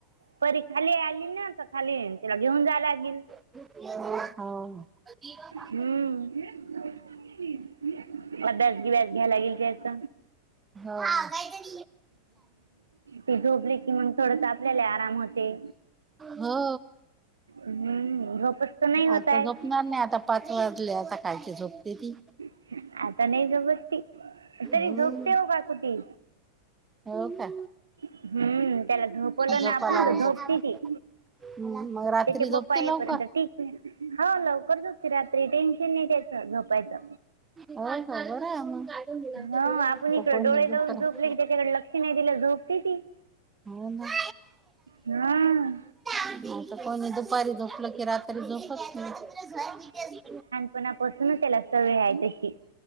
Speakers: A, on the right; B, on the right.
A: परी खाली आली ना तर, खाली तिला घेऊन जायला लागील.
B: <unintelligible> हं.. <unintelligible>
A: हम्म. अभ्यास, बिब्यास घ्यायला इल की याच.
B: हां..
A: ती झोपली की मग, थोडस आपल्याला आराम होते.
B: हो.
A: हम्म झोपेत तर नाही होत
B: आता,
A: आहे
B: झोपणार नाय आता, पाच वाजले आता कायची झोपते ती.
A: आता. नाही झोपत ती
B: हम्म
A: तरी झोपते, ओ काकू ती.
B: हो. का?
A: हम्म त्याला झोपवलं
B: झोपाला
A: ना आपण
B: आला
A: तर झोपते ती
B: <unintelligible> मग, रात्री
A: त्याचे
B: झोपते
A: पप्पा येईपर्यंत
B: लवकर.
A: ठीक आहे. हो. लवकर झोपते, रात्री टेन्शन नाय त्याचं झोपायचं.
B: होय खबर आहे मग
A: हा आपण इकड
B: कोणी
A: डोळे
B: दुपारी
A: लावून झोपले की त्याच्याकडे लक्ष नाही दिलं झोप ती. ती.
B: हो. ना
A: हं
B: आता कोणी दुस दुपारी झोपलं की, रात्री झोप येत नाही.
A: पणापासूनच त्याला सवय हाय तशी.